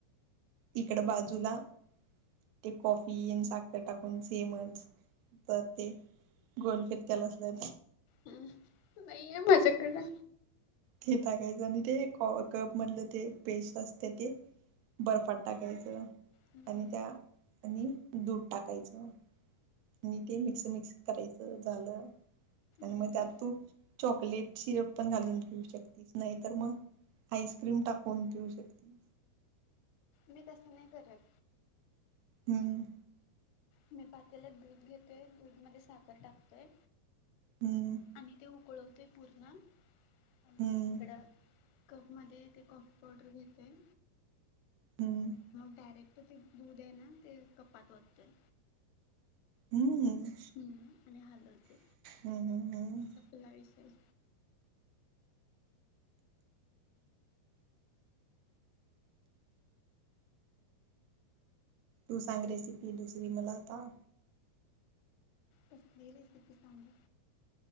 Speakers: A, on the right (about 80°); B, on the left (about 80°).
A: तिकडं बाजूला, ते कॉफी आणं साखर टाकून सेमच, तर ते गोल फेकतेलं असलं
B: हम्म नाहीय माझ्याकडं?
A: ते टाकायचं ते को कप मधलं ते पेस्ट असतीया ते, बर्फात टाकायचं त्या
B: मी
A: आणि त्यात दूध टाकायचं. आणि ते मिक्स मिक्स करायचं झालं आणि
B: नाही
A: मग त्यात
B: तस
A: तू चॉकलेट. सिरप पण घालून पिऊ शकतीस नाहीतर मग आईस्क्रीम टाकून पिऊ शकती.
B: मी तसं नाही करत.
A: हम्म
B: मी पातेल्यात दूध घेतोय दुधमध्ये साखर टाकतोय
A: हम्म
B: आणि ते ऊक उकळवते पूर्ण आणि
A: हम्म
B: इकडं, कप मध्ये ते कॉफी पावडर घेतोय
A: हम्म
B: मग डायरेक्ट, तर ते दूध आहे ना ते कपात वततोय.
A: हम्म.
B: हम्म आणि हलवते
A: हम हम हम
B: संपला विषय.
A: तू सांग रेसिपी दुसरी मला आता?
B: कसली रेसिपी सांगू?